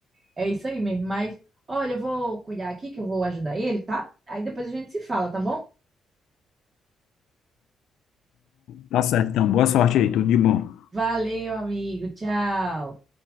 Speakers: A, on the right; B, on the left.
A: É isso aí mesmo. Mas, olha, eu vou cuidar aqui que eu vou ajudar ele, tá? Aí depois a gente se fala, tá bom?
B: Tá certo, então. Boa sorte aí, tudo de bom.
A: Valeu, amigo. Tchau.